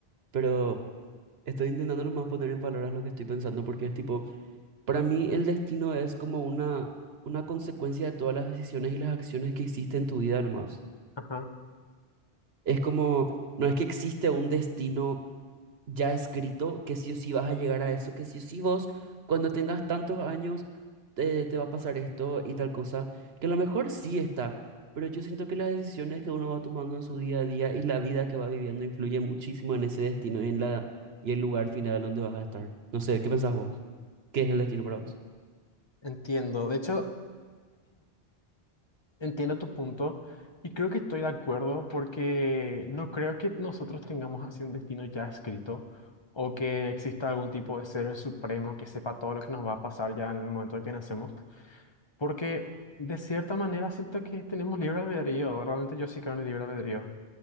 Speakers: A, on the right (about 75°); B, on the left (about 30°).
A: pero estoy intentando nomás poner en palabras lo que estoy pensando, porque es tipo. Para mí, el destino es como una, una consecuencia de todas las decisiones y las acciones que hiciste en tu vida nomás.
B: Ajá.
A: Es como. No es que existe un destino ya escrito que sí o sí vas a llegar a eso, que sí o sí vos, cuando tengas tantos años, te, te va a pasar esto y tal cosa, que a lo mejor sí está, pero yo siento que las decisiones que uno va tomando en su día a día y la vida que va viviendo influye muchísimo en ese destino y en la, y el lugar final donde vas a estar. No sé, ¿qué pensás vos? ¿Qué es el destino para vos?
B: Entiendo. De hecho, Entiendo tu punto y creo que estoy de acuerdo porque no creo que nosotros tengamos así un destino ya escrito o que exista algún tipo de ser supremo que sepa todo lo que nos va a pasar ya en el momento de que nacemos. Porque de cierta manera siento que tenemos libre albedrío. Realmente yo sí creo en el libre albedrío.